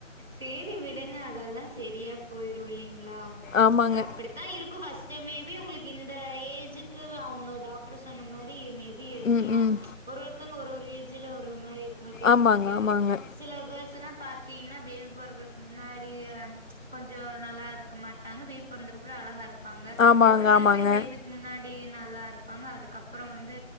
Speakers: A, on the right; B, on the left.
A: சேரி விடுங்க அதெல்லாம் சரியா போயிரும் இல்லலைங்களா
B: ஆமாங்க
A: அது அப்படி தா இருக்கும் ஃபஸ்ட் மேபி உங்களுக்கு இந்த ஏஜ்க்கு அவுங்க டாக்டர் சொன்ன மாரி மேபி ப இருக்கலாம்
B: ம் ம்
A: ஒரு ஒருத்தவங்க ஒரு ஒரு ஏஜ்ல ஒரு ஒரு மாரி இருக்கும் ஃபேஸ்கட்டு
B: ஆமாங்க ஆமாங்க
A: சில கேர்ள்ஸ் எல்லாம் பாத்தீங்கன்னா பேபி போறக்க முன்னாடி கொஞ்சம் ஜொ நல்லா இருக்க மாட்டாங்க பேபி பொறந்த அப்றம் அழகா இருப்பாங்க
B: ஆமாங்க,
A: ஒரு சில
B: ஆமாங்க.
A: பேர் பேபிக் முன்னாடி நல்லா இருப்பாங்க அதுக்கப்புறம் வந்து